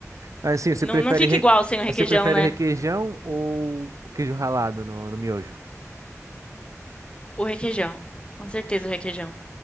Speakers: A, on the right; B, on the left.
A: Assim, você
B: Não,
A: prefere,
B: não fica
A: reque...
B: igual sem o requeijão,
A: você prefere
B: né?
A: requeijão ou queijo ralado no, no miojo?
B: O requeijão. Com certeza o requeijão.